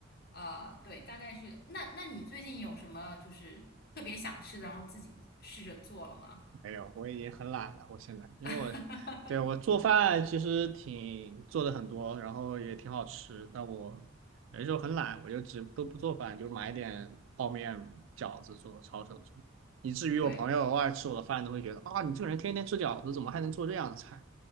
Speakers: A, on the left (about 50°); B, on the right (about 75°).
A: 啊、对，大概是这个那那你最近有什么就是特别想吃的，然后自己试着做了吗？
B: 没有，我已经很懒了。我现在，因为我，
A: <laughs>
B: 对，我做饭其实挺做的很多，然后也挺好吃。但我有的时候很懒，我就只都不做饭，就买点泡面、饺子做，抄手做。以至于我朋友偶尔吃我的饭都会觉得啊，
A: 对，
B: 你这个人天天吃饺子，怎么还能做这样的菜？